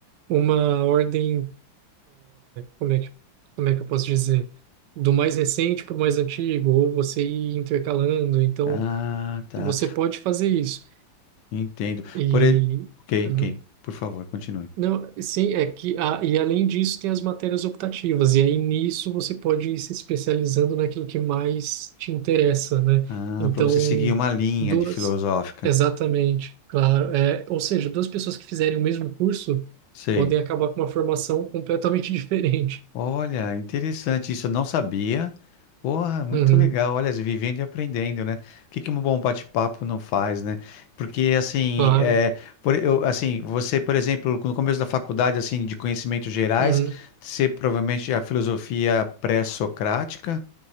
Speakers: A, on the right; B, on the left.
A: uma ordem, como é que, como é que eu posso dizer? Do mais recente para o mais antigo, ou você ir intercalando. Então,
B: Ah, tá.
A: você pode fazer isso.
B: Entendo.
A: E
B: Por... e- Ok,
A: hum,
B: ok. Por favor, continue.
A: Não, sim, é que ah, e além disso tem as matérias optativas, e aí nisso você pode ir se especializando naquilo que mais te interessa, né?
B: Ah,
A: Então,
B: para você seguir uma linha
A: duas,
B: de filosófica.
A: exatamente, claro. É, ou seja, duas pessoas que fizerem o mesmo curso
B: Sei.
A: podem acabar com uma formação completamente <laughs> diferente.
B: Olha, interessante. Isso eu não sabia. Porra, muito
A: Uhum,
B: legal. Olha, vivendo e aprendendo, né? O que que um bom bate-papo não faz, né? Porque, assim,
A: claro.
B: é, por, eu, assim, você, por exemplo, no começo da faculdade, assim, de conhecimentos gerais,
A: Uhum,
B: você provavelmente a filosofia pré-socrática,